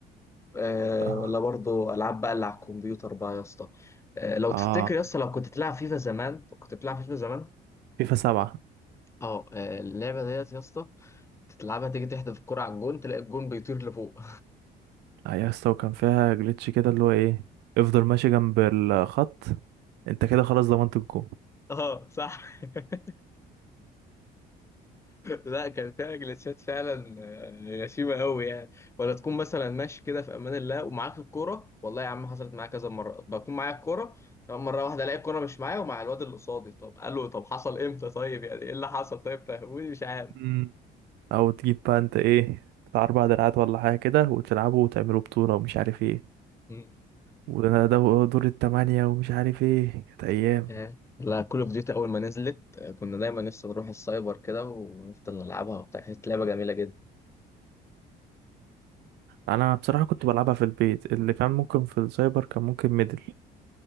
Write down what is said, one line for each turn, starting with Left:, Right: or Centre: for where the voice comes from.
Left: أه
Right: اه
Left: ولا برضو العاب بقى اللي على الكمبيوتر بقى يا اسطى أه لو
Right: اه
Left: تفتكر يا اسطى لو كنت تلعب فيفا زمان كنت بتلعب فيفا زمان
Right: فيفا سبعة
Left: اه آه، اللعبه ديت يا اسطى تلعبها تيجي تحدف الكرة على الجون تلاقي الجون بيطير لفوق
Right: اه يا اسطى وكان فيها جليتش كده اللي هو ايه افضل ماشي جنب الخط انت كده خلاص ضمنت الجول
Left: <laughs> اه صح <laughs> لا كان فيها جلتشات فعلا آه، غشيمه قوي يعني ولا تكون مثلا ماشي كده في امان الله ومعاك الكوره والله يا عم حصلت معايا كذا مره بكون معايا الكوره تمام مره واحده الاقي الكوره مش معايا ومع الواد اللي قصادي طب قال له طب حصل امتى طيب يعني ايه اللي حصل طيب فهموني مش عارف
Right: مم. او تجيب بقى انت ايه بتاع اربع دراعات ولا حاجة كده وتلعبوا وتعملوا بطولة ومش عارف ايه
Left: مم.
Right: وده ده دور التمانية ومش عارف ايه كانت ايام
Left: آه. لا كل اوف ديوتي اول ما نزلت آه، كنا دايما لسه نروح السايبر كده ونفضل نلعبها وبتاع كانت لعبه جميله جدا
Right: انا بصراحه كنت بلعبها في البيت اللي كان ممكن في السايبر كان ممكن ميدل